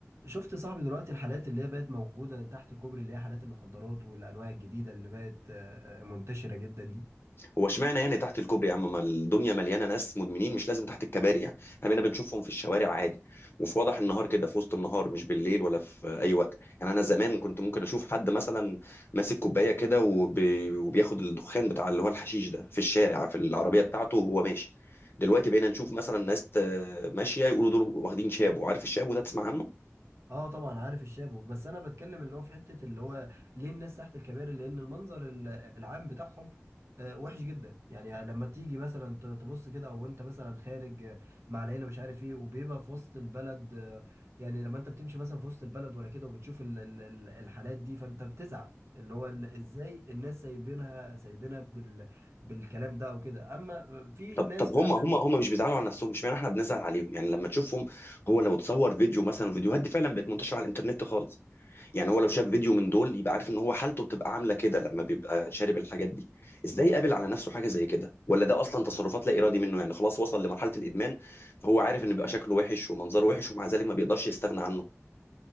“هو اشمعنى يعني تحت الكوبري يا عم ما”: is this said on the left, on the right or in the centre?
Left